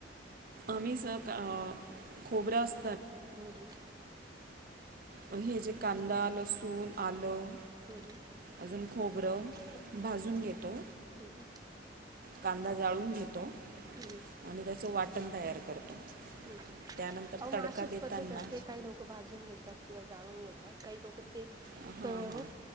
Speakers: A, on the right; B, on the right.
A: आम्ही स का खोबर् अस
B: हम्- हम.
A: ह जे कांदा, लसूण, आलं
B: हम्म
A: अजून खोबरं,
B: हम्म
A: भाजून घेतो
B: हम्म
A: कांदा जाळून घेतो,
B: हम्म
A: आणि त्याचं वाटण तयार करतो.
B: <unintelligible>
A: त्यानंतर
B: अ
A: तडका
B: मग अशीच
A: देताना
B: पद्धत असते. काही लोक भाजून घेतात किंवा जाळून घेतात, काही लोक ते
A: हां हां
B: तव्यावर